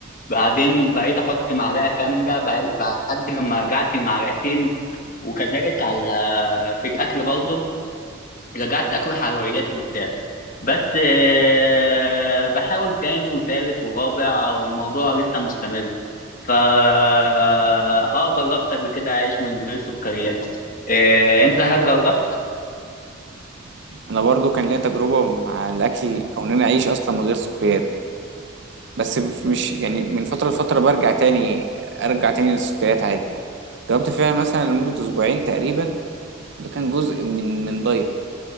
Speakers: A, on the left; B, on the right.
A: بعدين بقيت احط معلقه كامله بقى- بقى- لحد لما رجعت معلقتين وكذلك على في الاكل برضه رجعت اكل حلويات وبتاع بس آه، بحاول تاني وتالت ورابع والموضوع لسه مستمر فا اه جربت قبل كده اعيش من غير سكريات آه، انت هل جربت
B: انا برضو كان ليا تجربه مع الاكل او ان انا اعيش اصلا من غير سكريات بس ف- مش يعني من فتره لفتره برجع تاني ارجع تاني للسكريات عادي جربت فعلا مثلا لمده اسبوعين تقريبا وده كان جزء من من دايت